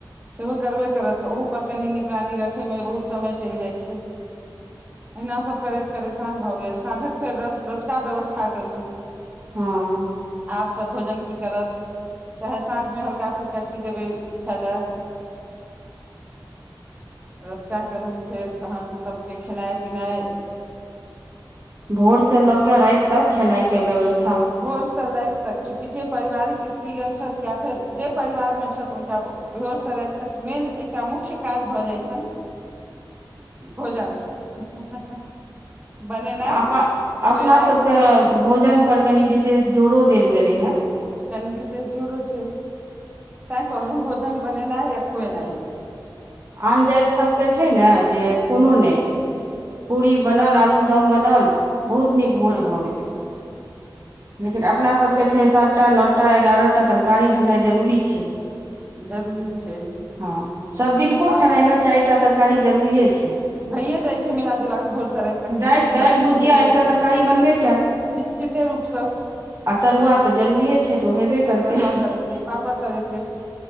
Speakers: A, on the right (about 20°); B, on the right (about 35°).
A: सेहो करबे करत तऽ ओहूपर कनि निगरानी रखयमे बहुत समय चलि जाइ छै अहिना सभ करैत करैत साँझ भऽ गेल साँझक फेर रो रोतुका व्यवस्था करू
B: हँ
A: आब सब भोजन की करत चाहे साँझ में हल्का फुल्का की देबै खैय लऽ <inaudible> रोतुका करू फेर तहन सभ केँ खेनाइ पिनाइ
B: भोर से लऽ केँ राइत तक खेनाइ केँ व्यवस्था
A: भोर स लाइत तऽ चूँकि जे परिवारिक स्त्रीगण छैथ या फेर जे परिवार में छैथ हुनका भोर स राइत तक मेन एकटा मुख्य काज भऽ जाइ छन भोजन <unintelligible> बनेनाइ
B: आपन
A: खुएनाइ
B: अपना सभ कऽ भोजन पर कनि विशेष जोरो देल गेलै हऽ
A: कनि विशेष जोरो छै <inaudible> तैं कहलौं भोजन बनेनै या खुसनै
B: आन जैत सभ केँ छै न जे कोनो नै पूरी बनल आलू दम बनल बहुत नीक भोज
A: हँ
B: भऽ गेलै लेकिन अपना सब केँ छै सात टा नौ टा एगारह टा तरकारी भेनै जरूरी छै
A: जरूरी
B: <inaudible>
A: छै
B: हँ सभ दिनको
A: आ
B: खेनाइ म चाइर टा तरकारी जरूरिए छै
A: भैए जाइ छै मिला जुला कऽ भोर स राइत तक
B: दालि
A: म सही
B: दालि
A: बात
B: भुजिया
A: छै भैए
B: एकटा
A: जाइ
B: तरकारी
A: छै
B: बनबे कयल
A: निश्चिते रूप स
B: आ तरुआ तऽ जरूरीे छै तऽ ओ हेबे करतै
A: तरुआ तरेतै पापड़ तरेतै